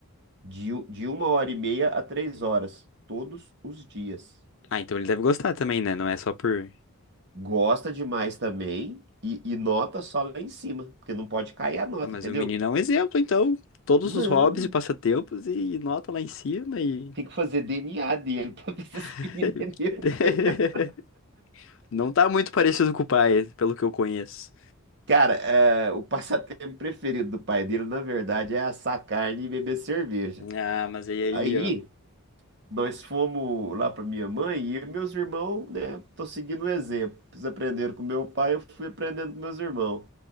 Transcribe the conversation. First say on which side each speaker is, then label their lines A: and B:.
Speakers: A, on the right (about 50°); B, on the left (about 60°).
A: De, u- de uma hora e meia a três horas, todos os dias.
B: Ah, então ele deve gostar também, né? Não é só por.
A: Gosta demais também e, e nota só lá em cima, porque não pode cair a nota,
B: Ah, mas
A: entendeu?
B: o menino é um exemplo, então. Todos
A: Não,
B: os hobbies e passatempos e nota lá em cima e.
A: tem que fazer DNA dele <laughs> pra ver se esse
B: <laughs>
A: menino é meu mesmo.
B: Não tá muito parecido com o pai, pelo que eu conheço.
A: Cara, é, o passatempo preferido do pai dele, na verdade, é assar carne e beber cerveja.
B: Ah, mas aí aí,
A: Aí,
B: ó.
A: nós fomos lá pra minha mãe e eu e meus irmãos, né, tô seguindo o exemplo. Eles aprenderam com meu pai, eu fui aprendendo com meus irmãos.